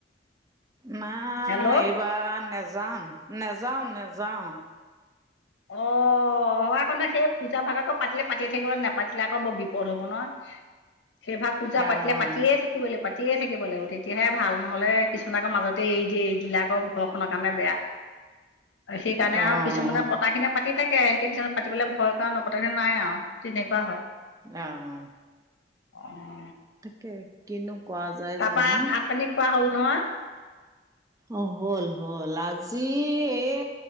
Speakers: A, on the right; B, on the left.
A: নাই
B: হেল্ল'
A: এইবাৰ নেযাম নেযাওঁ নেযাওঁ।
B: অহ অ আকৌ নহয় সেই পূজা ভাগ আকৌ পাতিলে পাতিয়ে থাকিব লাগে নাপাতিলে আকৌ বৰ বিপদ হব নহয়। সেই ভাগ পূজা
A: অঁ
B: পাতিলে পাতিয়ে থাকি ব লাগিব পাতিয়ে থাকিব লাগিব তেতিয়াহে ভাল নহ'লে কিছুমান আকৌ মাজতে এৰি দিয়ে এৰি দিলে আকৌ ঘৰখনৰ কাৰণে বেয়া
A: <inaudible>
B: সেইকাৰণে আৰু
A: অঁ
B: কিছুমানে পতা খিনিয়ে পাতি থাকে একে কিছুমানে পাতিবলৈ ভয় কৰা নপতা খিনি নাই আৰু তেনেকুৱা হয়।
A: অহ
B: অ
A: তাকে কিনো কৰা যায়
B: তাৰপা
A: জানো
B: ভাত পানী খোৱা হ'ল নহয়?
A: অ হ'ল হ'ল আজি এই